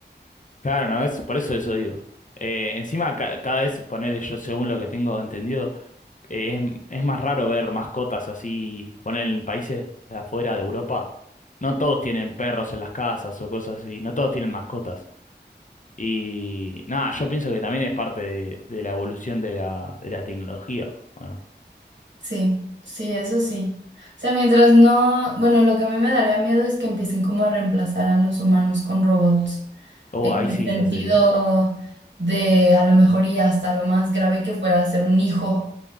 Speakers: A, on the left; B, on the right.
A: Claro, ¿no es? Por eso eso digo. Eh, encima, ca- cada vez ponerle yo, según lo que tengo entendido, eh, es, es más raro ver mascotas así, poner en países de afuera de Europa. No todos tienen perros en las casas o cosas así, no todos tienen mascotas. Y nada, yo pienso que también es parte de, de la evolución de la, de la tecnología. Bueno,
B: Sí, sí, eso sí. O sea, mientras no, bueno, lo que a mí me daría miedo es que empiecen como a reemplazar a los humanos con robots,
A: oh,
B: en
A: ahí
B: el
A: sí
B: sentido
A: ya sería.
B: de a lo mejor y hasta lo más grave que fuera ser un hijo.